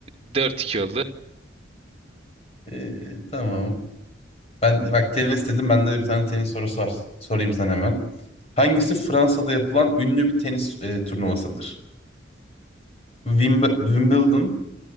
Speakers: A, on the right; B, on the left.
A: Dört iki oldu.
B: Ee, tamam. Ben bak tenis dedim. Bende de bir tane tenis sorusu var. Sorayım sana hemen. Hangisi Fransa'da yapılan ünlü bir tenis e, turnuvasıdır? Wimb- Wimbledon,